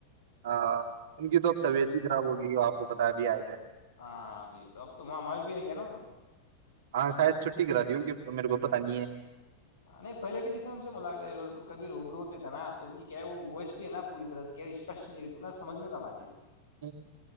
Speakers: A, on the right (about 55°); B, on the left (about 70°).
A: ہاں ان کی تو اب طبیعت
B: یہ
A: بھی خراب ہوگی آپ کو بتا بھی آئے تھے
B: ہاں ابھی تو اب تو وہاں مر بھی ہے گیا نا تو
A: ہاں شاید چھٹی کرا دی ہوگی تو میرے کو پت نہیں ہے
B: نہیں پہلے بھی جیسے ان سے ملاق کب روب رو ہوتے تھے نا تو ان کی کیا وہ وش بھی ہے نا پوری طرح سے کیا اسپش نہیں رہتی ن سمجھ میں کم آتی تھی
A: ا <unintelligible>